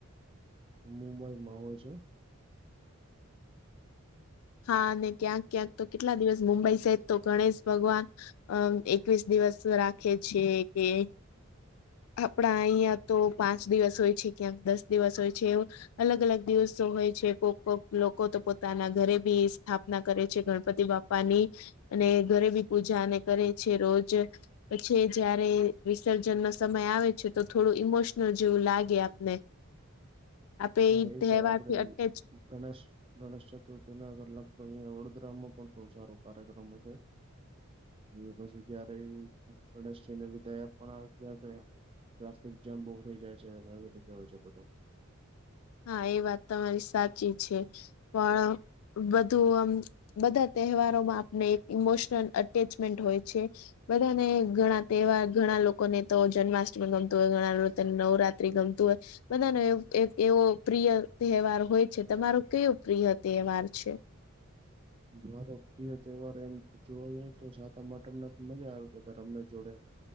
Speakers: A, on the right (about 25°); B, on the left (about 80°).
A: મઈમાં હોય છે.
B: હા અને ક્યાંક ક્યાંક તો કેટલા દિવસ મુંબઈ સહિત તો ગણેશ ભગવાન, અમ એકવીસ દિવસ રાખે છે કે આપડા અહં તો પાંચ દિવસ હોય છે ક્યાં દસ દિવસ હોય છે. અલગ અલગ દિવસો હોય છે કોક કોક લોકો તો પોતાના ઘરે બી સ્થાપના કરે છે ગણપતિ બા પાની અને ઘરે બી પૂજા અને કરે છે રોજ પછે જયારે વિસર્જનનો સ સમય આવે છે તો થોડું ઇમોશનલ જેવું લાગે આપને આપે
A: હા
B: ઈ
A: એ
B: તહેવારથી
A: છે આપડે
B: અટેચ
A: ગણેશ ગણેશ ચતુર્થી ના અગર લગભગ અહીંયા વડોદરામાં પણ બહુ સારો કાર્યક્રમ હોય છે એ પછી જય્યારે ગણેશજીને વિદાય પણ આપવા <unintelligible> ટ્રાફિક જામ બઉ રઈ જાય છે અને આવી રીતે હોય છે બધું
B: હા એ વાત તમારી સાચી છે પણ બધું આમ બધા તહેવારોમાં આપને એક ઇમોશનલ અટેચમેન્ટ હોય છે બધાને ઘણા તહેવાર ઘણા લોકોને તો જન્માષ્ટમી ગમતું હોય ઘણા લોતને નવરાત્રી ગમતું હોય બધાનો એવો એક એવો પ્રિય તહેવાર હોય છે તમારો કયો પ્રિય તહેવાર છે
A: મારો પ્રિય તહેવાર એમ જોવેને તો સાતમ આઠમને મજા આવે પતા રમને જોડે